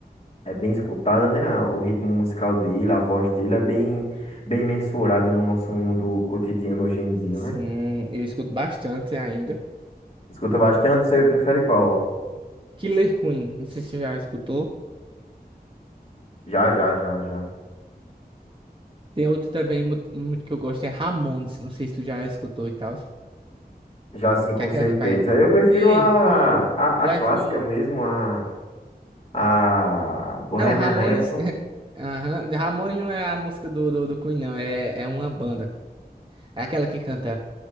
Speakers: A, on the left; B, on the right.
A: É bem escutada, né? a- O ritmo musical dele, a voz dele é bem, bem mensurada no nosso mundo cotidiano hoje em dia,
B: Sim,
A: né?
B: eu escuto bastante ainda.
A: Escuta bastante, você prefere qual?
B: Killer Queen, não sei se você já escutou.
A: Já, já, já, já.
B: Tem outro também muito, muito que eu gosto, é Ramones, não sei se tu já escutou e tal.
A: Já sim, com
B: Que é aquela
A: certeza.
B: que faz.
A: Eu prefiro
B: Hey,
A: a,
B: ho,
A: a,
B: let's
A: a clássica
B: go.
A: mesmo, a, a Bohemian
B: Não, Ramones.
A: Rhapsody.
B: <laughs> Aham, Ramones não é a música do, do, do Queen, não. É, é uma banda. É aquela que canta.